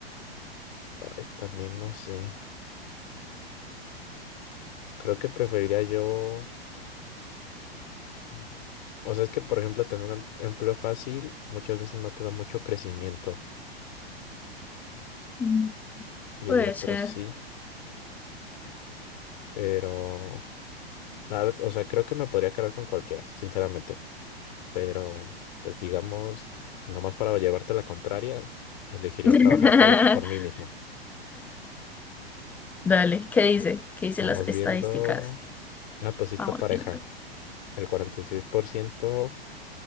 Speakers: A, on the left; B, in the centre.
A: ay, también no sé. Creo que preferiría yo... mm, O sea, es que, por ejemplo, tener un em- empleo fácil muchas veces no te da mucho crecimiento
B: Mm.
A: y
B: puede
A: el otro
B: ser.
A: sí, pero La verdad, o sea, creo que me podría quedar con cualquiera, sinceramente. Pero, pues digamos, nomás para llevarte la contraria, elegiría
B: <laughs>
A: trabajar por, por mí mismo.
B: Dale, ¿qué dice?
A: Ah,
B: ¿Qué dice
A: Vamos
B: las estadísticas?
A: viendo. Ah, pues sí, esta
B: Vamos
A: pareja.
B: viendo.
A: El 46%